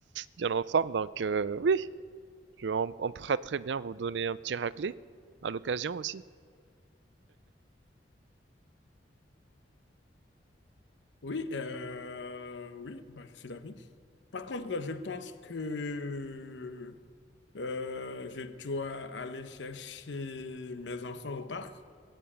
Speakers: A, on the right; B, on the left.
A: bien en forme. Donc euh, oui, je, on, on pourra très bien vous donner un petit raclé à l'occasion aussi.
B: Oui, euh, oui, bah, je suis ravi. Par contre, je pense que euh, je dois aller chercher mes enfants au parc,